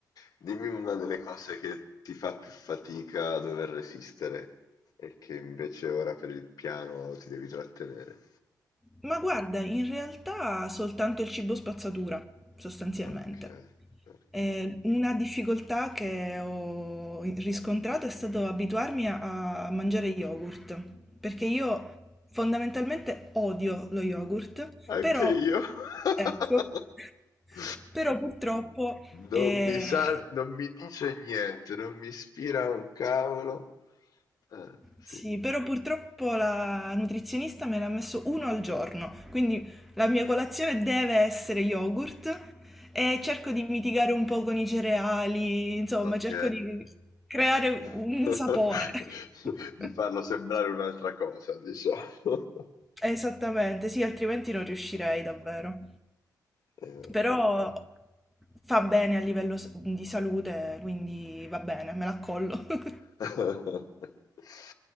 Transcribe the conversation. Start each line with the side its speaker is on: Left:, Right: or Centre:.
Left: Dimmi una delle cose che ti fa più fatica a dover resistere e che invece ora per il piano ti devi trattenere.
Centre: Ma guarda, in realtà soltanto il cibo spazzatura, sostanzialmente.
Left: Ok, ok.
Centre: Eh, una difficoltà che ho riscontrato è stato abituarmi a, a mangiare yogurt, perché io fondamentalmente odio lo yogurt,
Left: Anche
Centre: però,
Left: io. <laughs>
Centre: ecco, <laughs> però purtroppo eh,
Left: Non mi sa, non mi dice niente, non mi ispira un cavolo. Eh, sì,
Centre: Sì, però purtroppo la nutrizionista me l'ha messo uno al giorno, quindi la mia colazione deve essere yogurt e cerco di mitigare un po' con i cereali, insomma,
Left: ok.
Centre: cerco di creare
Left: <laughs>
Centre: un sapore. <laughs>
Left: Di farlo sembrare un'altra cosa, diciamo.
Centre: Esattamente, sì, altrimenti non riuscirei davvero.
Left: Eh,
Centre: Però
Left: eh, eh.
Centre: fa bene a livello s- di salute, quindi va bene, me l'accollo. <laughs>
Left: <laughs>